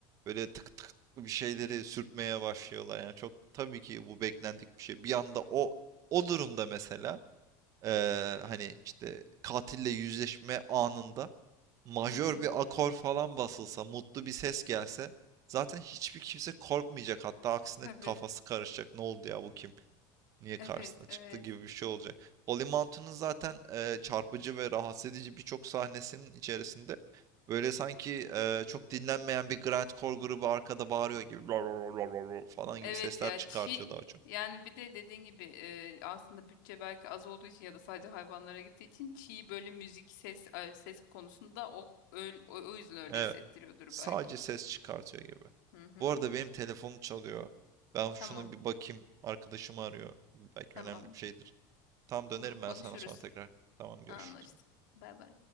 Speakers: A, on the right; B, on the left.
A: böyle tık tık bir şeyleri sürtmeye başlıyorlar. Yani çok tabii ki bu beklendik bir şey. Bir anda o o durumda mesela Eee, hani işte katille yüzleşme anında majör
B: Hı hı.
A: bir akor falan basılsa, mutlu bir ses gelse zaten hiçbir kimse korkmayacak. Hatta aksine
B: Tabii.
A: kafası karışacak. Ne oldu ya bu kim? Niye karşısına
B: Evet,
A: çıktı
B: evet.
A: gibi bir şey olacak. Holy Mountain'ın zaten eee, çarpıcı ve rahatsız edici birçok sahnesinin içerisinde böyle sanki eee, çok dinlenmeyen bir grindcore grubu arkada bağırıyor gibi "Rar rar rar rar" falan
B: Evet
A: gibi sesler
B: ya
A: çıkartıyor
B: çiğ
A: daha çok.
B: yani bir de dediğin gibi e, aslında bütçe belki az olduğu için ya da sadece hayvanlara gittiği için çiğ böyle müzik ses e, ses konusunda o öyle, o, o yüzden öyle
A: Evet.
B: hissettiriyordur
A: Sadece
B: belki.
A: ses çıkartıyor gibi.
B: Hı hı.
A: Bu arada benim telefonum çalıyor. Ben şuna
B: Tamam.
A: bir bakayım. Arkadaşım arıyor. Belki
B: Tamam.
A: önemli bir şeydir. Tam dönerim
B: Tamam konuşuruz.
A: ben sana sonra tekrar. Tamam görüşürüz.
B: Anlaştık. Bay bay.